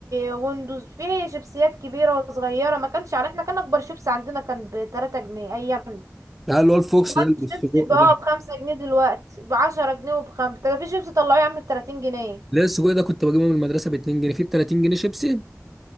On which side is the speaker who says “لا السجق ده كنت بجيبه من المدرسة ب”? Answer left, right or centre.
Centre